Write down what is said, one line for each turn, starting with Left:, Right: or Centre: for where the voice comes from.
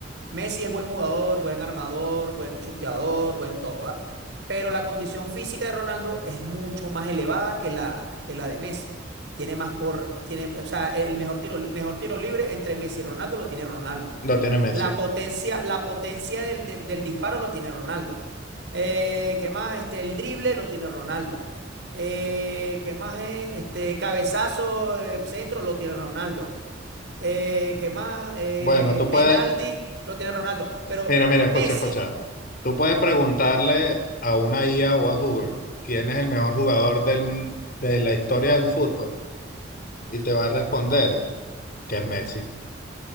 Right: Messi es buen jugador, buen armador, buen chuteador, buen todo, ¿verdad? Pero la condición física de Ronaldo es mucho más elevada que la, que la de Messi. Tiene más cor- tiene, o sea, el mejor tiro, mejor tiro libre entre Messi y Ronaldo lo tiene Ronaldo.
Left: Lo tiene Messi.
Right: La potencia, la potencia del, del- del disparo lo tiene Ronaldo. Eh, ¿qué más? Este, el drible lo tiene Ronaldo. Eh, ¿qué más es? Este, cabezazo, eh, centro lo tiene Ronaldo. Eh, ¿qué más? Eh,
Left: Bueno, tú
Right: penalti,
Left: puedes,
Right: lo tiene Ronaldo. Pero
Left: mira, mira,
Right: Messi,
Left: escucha, escucha. Tú puedes
Right: dime,
Left: preguntarle
Right: dime.
Left: a una IA o a Google quién es el mejor jugador del, de la historia del fútbol y te va a responder que es Messi.